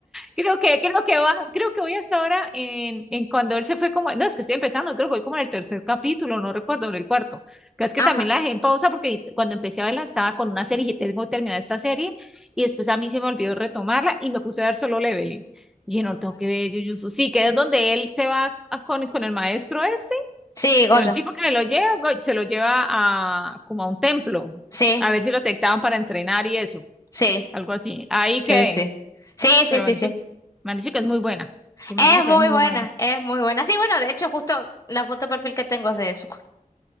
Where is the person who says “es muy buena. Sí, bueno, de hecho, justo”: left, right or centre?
Left